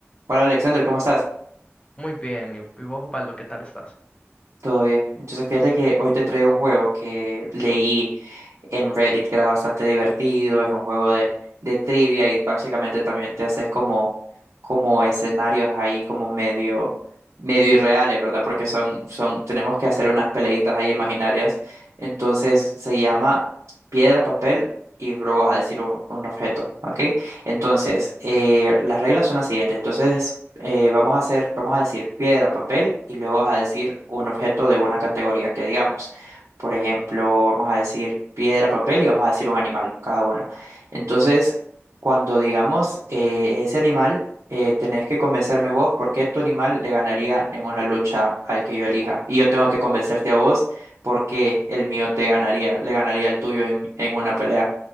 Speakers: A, on the right (about 85°); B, on the left (about 25°).
A: Hola Alexander, ¿cómo estás?
B: Muy bien, y y vos, Osvaldo, ¿qué tal estás?
A: Todo bien. Entonces fíjate que hoy te traigo un juego que leí en Reddit que era bastante divertido, es un juego de, de trivia y básicamente también te haces como, como escenarios ahí como medio, medio irreales, ¿verdad? Porque son, son, tenemos que hacer unas peleitas ahí imaginarias. Entonces se llama piedra, papel y luego vas a decir un, un objeto, ¿ok? Entonces,
B: Ok.
A: eh, las reglas son las siguientes. Entonces... eh, vamos a hacer, vamos a decir piedra, papel y luego vas a decir un objeto de una categoría que digamos. Por ejemplo, vamos a decir piedra, papel y vamos a decir un animal, cada uno. Entonces, cuando digamos eh, ese animal, eh, tenés que convencerme vos por qué tu animal le ganaría en una lucha al que yo elija. Y yo tengo que convencerte a vos por qué el mío te ganaría, le ganaría al tuyo en, en una pelea.